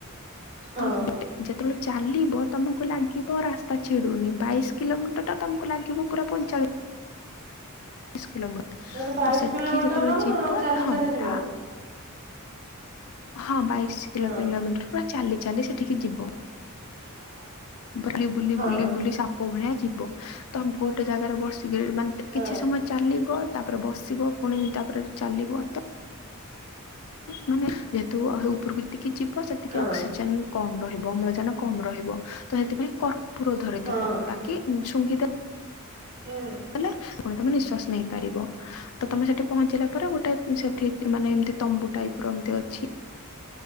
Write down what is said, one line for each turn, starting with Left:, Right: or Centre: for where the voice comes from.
Right: ହଁ
Left: ତ ଯେତେବେଳେ ଚାଲିବ ତମକୁ ଲାଗିବ ରାସ୍ତା ଛିଡୁନି। ବାଇଶ କିଲୋମିଟର ଟା ତମକୁ ଲାଗିବ ପୁରା ପଇଁଚାଳି ଶ କିଲୋମିଟର
Right: ମାନେ ବାଇଶ
Left: ତ ସେତିକି
Right: କିଲୋମିଟର
Left: ଯେତେବେଳେ
Right: କଣ
Left: ଯିବ
Right: ଚାଲି
Left: ହଁ
Right: ଚାଲି ଯିବା
Left: ତା ହଁ ବାଇଶି କିଲୋ
Right: ହଁ
Left: କିଲୋମିଟର ପୁରା ଚାଲି ଚାଲି ସେଠିକି ଯିବ।
Right: <inaudible>
Left: ଭ ବୁଲି ବୁଲି
Right: ହଁ
Left: ବୁଲି ବୁଲି ସାପ ଭଳିଆ ଯିବ ତମ ଗୋଟେ ଜାଗାରେ ବସିକିରି ମାନେ
Right: ହଁ
Left: କିଛି ସମୟ ଚାଲିବ ତାପରେ ବସିବ ପୁଣି ତାପରେ ଚାଲିବ ତ ମାନେ ଯେହେତୁ ଉପରକୁତିକି ଯିବ ସେତିକି
Right: ହଁ ହଁ
Left: ଅକ୍ସିଜେନ କମ ରହିବ ଅମ୍ଳଜାନ କମ ରହିବ ତ ସେଥିପାଇଁ କର୍ପୁର ଧରିଥିବ
Right: ହଁ
Left: ତାକି ଶୁଙ୍ଘିଦେ
Right: ହୁଁ।
Left: ଲେ ପୁଣି ତମେ ନିଶ୍ଵାସ ନେଇପାରିବ ତ ତମେ ସେଠି ପହଞ୍ଚିଲା ପରେ ଗୋଟେ ସେଠି କି ମାନେ ଏମିତି ତମ୍ବୁ ଟାଇପ ର ଏମିତି ଅଛି।